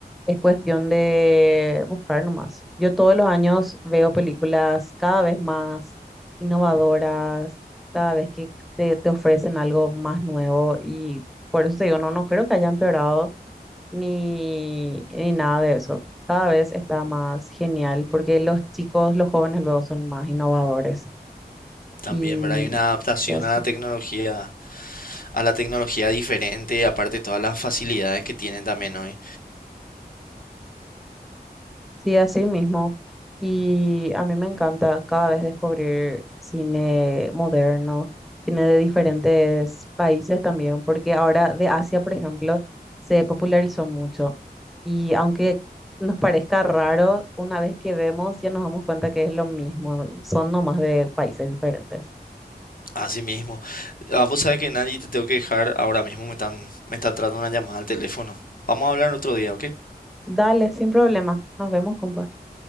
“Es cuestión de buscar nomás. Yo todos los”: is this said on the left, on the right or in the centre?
Centre